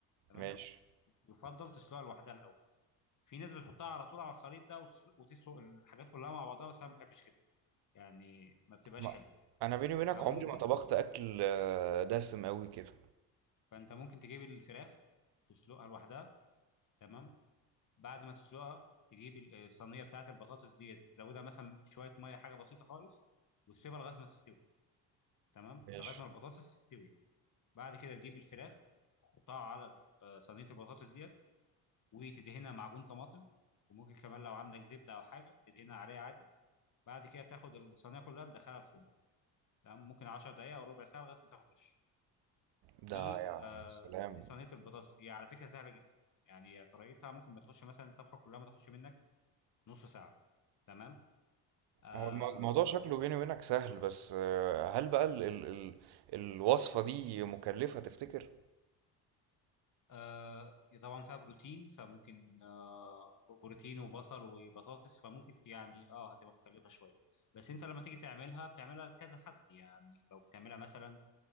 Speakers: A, on the left; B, on the right.
A: تمام
B: ماشي
A: يفضل تسلقها لوحدها الاول في ناس بتحطها على طول على الخليط ده وتسلق, وتسلق الحاجات كلها مع بعضها بس انا ما بحبش كده يعني ما بتبقاش
B: ما.
A: حلو
B: أنا بيني وبينك
A: فممكن
B: عمري ما طبخت أكل آه، دسم أوي كده
A: فانت ممكن تجيب الفراخ تسلقها لوحدها تمام بعد ما تسلقها تجيب ال- الصينيه بتاعت البطاطس دي تزودها مثلا شويه ميه حاجه بسيطه خالص وتسيبها لغايه ما تستوي تمام
B: ماشي
A: لغايه ما البطاطس تستوي بعد كده تجيب الفراخ تحطها على ال- آه، صينيه البطاطس ديت وتدهنها معجون طماطم وممكن كمان لو عندك زبده او حاجه تدهنها عليها عادي بعد كده تاخد الصينيه كلها تدخلها الفرن تمام ممكن 10 دقائق او ربع ساعه لغايه ما تاخد وش
B: ده
A: دي
B: يا
A: آه
B: يا سلام
A: دي صينيه البطاطس هي على فكره سهله جدا يعني طريقتها ممكن ما تخش مثلا الطبخه كلها ما تخش منك نص ساعه تمام آه
B: هو الم- الموضوع شكله بيني وبينك سهل بس آه، هل بقى ال ال ال الوصفة دي مكلفة تفتكر؟
A: آه طبعا فيها بروتين فممكن آه بروتين وبصل وبطاطس فممكن يعني اه هتبقى مكلفة شوية بس انت لما تيجي تعملها بتعملها لكذا حد يعني لو بتعملها مثلا